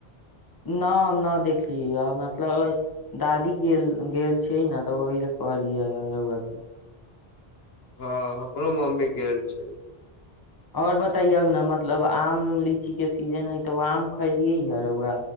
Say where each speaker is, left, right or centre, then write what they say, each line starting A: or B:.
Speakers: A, on the left; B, on the left.
A: न हम न देखलियै मतलब दादी गेल गेल छियै ने तऽ ओहि ल कहलियै रौआके
B: हँ हमरो मम्मी गेल छै
A: ओर बताैयौ ने मतलब आम लीची के सीजन है तऽ आम खैलियै ह रौआ